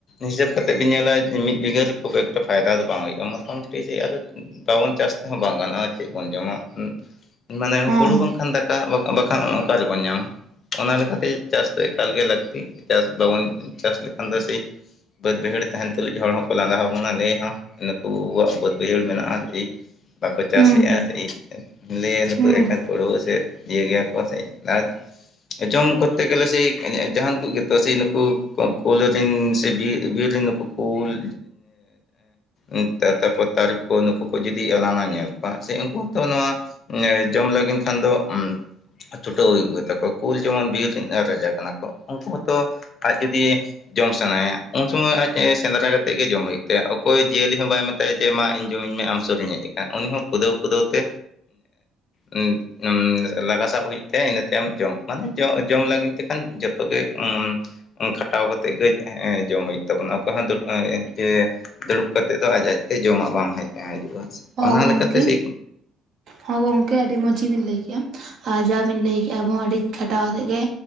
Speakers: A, on the left; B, on the right.
A: ᱦᱤᱥᱟᱹᱵ ᱠᱟᱛᱮᱜ ᱵᱤᱱ ᱧᱮᱞᱟ ᱢᱤᱫ ᱵᱤᱜᱷᱟᱹ ᱨᱮ ᱠᱷᱩᱵ ᱮᱠᱴᱟ ᱯᱷᱟᱭᱫᱟ ᱫᱚ ᱵᱟᱝ ᱦᱩᱭᱩᱜᱼᱟ ᱢᱚᱴᱟᱢᱩᱴᱤ ᱪᱮ ᱟᱫᱚ ᱵᱟᱵᱚᱱ ᱪᱟᱥ ᱛᱮᱦᱚᱸ ᱵᱟᱝ ᱜᱟᱱᱚᱜᱼᱟ ᱪᱮᱫ ᱵᱚᱱ ᱡᱚᱢᱟ ᱢᱟᱱᱮ
B: ᱦᱮᱸ
A: ᱦᱩᱲᱩ ᱵᱟᱝᱠᱷᱟᱱ ᱫᱟᱠᱟ᱾ ᱫᱟᱜ ᱵᱟᱜ ᱵᱟᱠᱷᱟᱱ ᱚᱠᱟ ᱨᱮᱵᱚᱱ ᱧᱟᱢᱟ᱾ ᱚᱱᱟ ᱞᱮᱠᱟᱛᱮ ᱪᱟᱥ ᱫᱚ ᱮᱠᱟᱞᱜᱮ ᱞᱟᱹᱠᱛᱤ ᱪᱟᱥ ᱵᱟᱵᱚᱱ ᱪᱟᱥ ᱞᱮᱠᱷᱟᱱ ᱫᱚ ᱥᱮ᱾ ᱵᱟᱹᱫᱽ ᱵᱟᱹᱭᱦᱟᱹᱲ ᱛᱟᱦᱮᱱ ᱛᱩᱞᱩᱡ ᱦᱚᱲ ᱦᱚᱸᱠᱚ ᱞᱟᱸᱫᱟ ᱦᱟᱵᱚᱱᱟ ᱞᱟᱹᱭ ᱦᱚᱸ᱾ ᱱᱩᱠᱩᱣᱟᱜ ᱵᱟᱹᱫᱽ ᱵᱟᱹᱭᱦᱟᱹᱲ ᱢᱮᱱᱟᱜᱼᱟ ᱮᱭ ᱵᱟᱠᱚ ᱪᱟᱥ
B: ᱦᱮᱸ
A: ᱮᱭᱟ
B: ᱦᱩᱸ
A: ᱥᱮ ᱮᱭ ᱞᱮᱭ ᱱᱩᱠᱩ
B: ᱦᱩᱸ
A: ᱮᱠᱟ ᱠᱩᱲᱣᱟᱹ ᱥᱮ ᱤᱭᱟᱹ ᱜᱮᱣᱟ ᱠᱚ ᱥᱮ ᱪᱟᱥ ᱡᱚᱢ ᱠᱚᱨᱛᱮ ᱜᱮᱞᱮ ᱥᱮ ᱡᱟᱦᱟᱱ ᱠᱚ ᱜᱮᱛᱚ ᱥᱮ ᱱᱩᱠᱩ ᱠᱩᱞ ᱨᱮᱱ ᱥᱮ ᱵᱤᱨ ᱵᱤᱨ ᱨᱮᱱ ᱱᱩᱠᱩ᱾ <unintelligible> ᱱᱩᱠ ᱛᱟ ᱛᱟᱨᱯᱚᱨ ᱛᱟᱹᱨᱩᱯ ᱠᱚ ᱱᱩᱠᱩ ᱠᱚ ᱡᱩᱫᱤ ᱟᱞᱟᱝᱞᱟᱝ ᱧᱮᱞ ᱠᱚᱣᱟ ᱥᱮ ᱩᱱᱝᱠᱩ ᱦᱚᱸᱛᱚ ᱱᱚᱣᱟ ᱱᱮ ᱡᱚᱢ ᱞᱟᱹᱜᱤᱫ ᱠᱷᱟᱱ ᱫᱚ ᱩ ᱪᱷᱩᱴᱟᱹᱣ ᱦᱩᱭᱩᱜ ᱜᱮ ᱛᱟᱟᱠᱚᱣᱟ ᱠᱩᱞ ᱡᱮᱢᱚᱱ ᱵᱤᱨ ᱨᱤᱱ ᱨᱟᱡᱟ ᱠᱟᱱᱟ ᱠᱚ ᱩᱱᱠᱩ ᱦᱚᱸᱛᱚ ᱟᱡ ᱡᱩᱫᱤ ᱡᱚᱢ ᱥᱟᱱᱟᱭᱟ ᱩᱱ ᱥᱚᱢᱚᱭ ᱟᱡ ᱮᱸ ᱥᱮᱸᱫᱽᱨᱟ ᱠᱟᱛᱮᱜ ᱜᱮ ᱡᱚᱢ ᱦᱩᱭᱩᱜ ᱛᱟᱣᱟ ᱚᱠᱚᱭ ᱡᱤᱭᱟᱹᱞᱤ ᱦᱚᱸ ᱵᱟᱭ ᱢᱮᱛᱟ ᱢᱮᱛᱟᱭ ᱡᱮ ᱢᱟ ᱤᱧ ᱡᱚᱢᱤᱧ ᱢᱮ ᱟᱢ ᱥᱩᱨᱤᱧ ᱦᱮᱡ ᱟᱠᱟᱱ ᱩᱱᱤ ᱦᱚᱸ ᱠᱷᱩᱫᱟᱹᱣ ᱠᱩᱩᱫᱟᱹᱣ ᱛᱮ ᱮᱸ ᱩᱢ ᱞᱟᱜᱟ ᱥᱟᱵ ᱦᱩᱭᱩᱜ ᱛᱟᱭᱟ ᱤᱱᱟᱹᱛᱮ ᱡᱚᱢ ᱢᱟᱱᱮ ᱡᱚ ᱡᱚᱢ ᱞᱟᱹᱜᱤᱫ ᱛᱮᱠᱷᱟᱱ ᱡᱚᱛᱚᱜ ᱜᱮ ᱩᱢ ᱠᱷᱟᱴᱟᱣ ᱠᱟᱛᱮᱜ ᱜᱮ ᱦᱮᱸᱡᱚᱢ ᱦᱩᱭᱩᱜ ᱛᱟᱵᱚᱱᱟ ᱚᱠᱚᱭ ᱦᱚᱸ ᱫᱩᱠ ᱡᱮ ᱫᱩᱲᱩᱵ ᱠᱟᱛᱮᱫ ᱫᱚ ᱟᱡ ᱟᱡᱛᱮ ᱡᱚᱢᱼᱟᱜ ᱵᱟᱝ ᱦᱮᱡ ᱦᱤᱡᱩᱜᱼᱟ ᱦᱮᱸᱥᱮ
B: ᱦᱚᱸ
A: ᱚᱱᱟ
B: ᱜᱚᱝᱠᱮ
A: ᱞᱮᱠᱟᱛᱮ ᱥᱮᱭ᱾
B: ᱦᱚᱸ ᱜᱚᱝᱠᱮ ᱟᱹᱰᱤ ᱢᱚᱸᱡᱽ ᱜᱮᱵᱤᱱ ᱞᱟᱹᱭ ᱠᱮᱜᱼᱟ ᱟᱨ ᱡᱟ ᱵᱤᱱ ᱞᱟᱹᱭ ᱠᱮᱜᱼᱟ ᱟᱵᱚ ᱟᱹᱰᱤ ᱠᱷᱟᱴᱟᱣ ᱠᱟᱛᱜ ᱜᱮ᱾